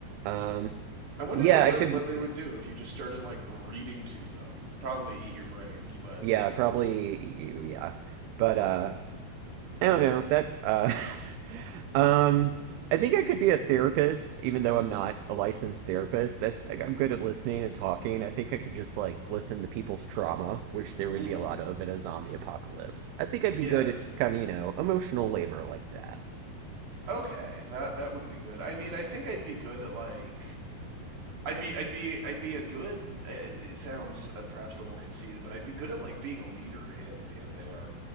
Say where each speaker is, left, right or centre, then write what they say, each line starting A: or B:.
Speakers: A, on the right; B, on the right.
A: Um,
B: wonder
A: yeah,
B: what, what
A: I could,
B: what they would
A: yeah,
B: do if you just started like reading to them. Probably eat your brains, but
A: yeah, probably EU, yeah, but uh, I don't know that uh <laughs> um I think I could be a therapist even though I'm not a licensed therapist. I, I- I'm good at listening and talking. I think I could just like listen to people's trauma, which there would
B: mhm.
A: be a lot of in a zombie apocalypse. I think I'd
B: Yeah.
A: be good at just kind of, you know, emotional labor like that.
B: Okay. That that would be good. I mean, I think I'd be good at like I'd be, I'd be, I'd be a good. It sounds uh, perhaps a little conceited, but I'd be good at like being a leader in in there.